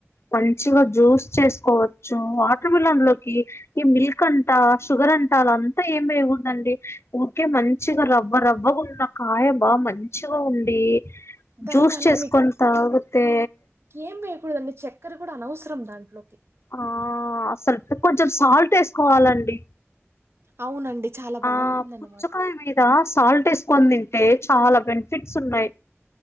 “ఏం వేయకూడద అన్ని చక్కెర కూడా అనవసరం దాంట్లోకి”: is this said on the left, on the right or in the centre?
Right